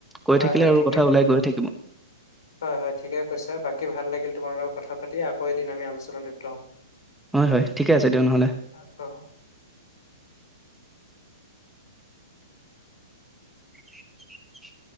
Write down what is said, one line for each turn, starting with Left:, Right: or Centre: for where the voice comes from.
Centre: কৈ
Left: হয়-হয়
Centre: থাকিলে আৰু
Left: ঠিকে
Centre: কথা
Left: কয়,
Centre: ওলাই গৈ থাকিব
Left: হয়-হয় ঠিকে কৈছা। বাকি ভাল লাগিল তোমাৰ লগত কথা ৰাতি আকৌ এদিন আমি আলোচনাত জৰিত হ'ম।
Centre: হয়-হয় ঠিকে আছে দিয়া নহ'লে।
Left: অ অ
Centre: <unintelligible>